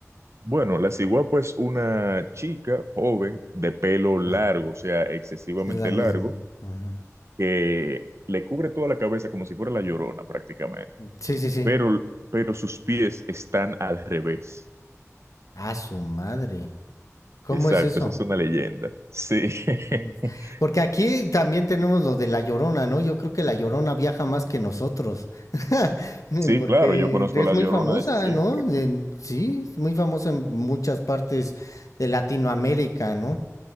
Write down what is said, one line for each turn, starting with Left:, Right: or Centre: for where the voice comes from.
Right: Bueno, la ciguapa es una chica joven de pelo largo,
Left: Ah,
Right: o sea, excesivamente
Left: es la misma.
Right: largo,
Left: ajá.
Right: que le cubre toda la cabeza como si fuera la Llorona prácticamente,
Left: Sí, sí, sí.
Right: pero, pero sus pies están al revés.
Left: A su madre. ¿Cómo
Right: Exacto,
Left: es eso?
Right: esa es una leyenda. Sí, <laughs>
Left: Mm, Porque aquí también tenemos lo de la Llorona, ¿no? Yo creo que la Llorona viaja más que nosotros. <laughs> Mm,
Right: sí,
Left: Porque
Right: claro, yo conozco
Left: es
Right: a la
Left: muy
Right: Llorona
Left: famosa,
Right: desde siempre.
Left: ¿no? En- sí, es muy famosa en muchas partes de Latinoamérica, ¿no?